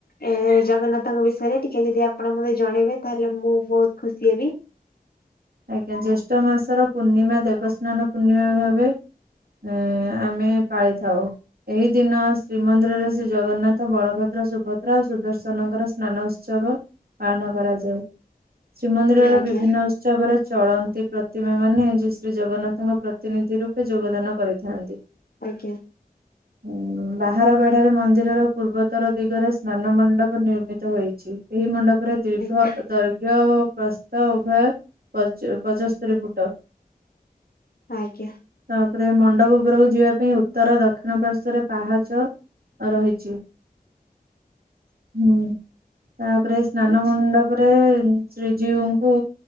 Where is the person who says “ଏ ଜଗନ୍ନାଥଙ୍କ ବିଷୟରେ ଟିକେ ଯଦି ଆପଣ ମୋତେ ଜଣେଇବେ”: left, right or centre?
Left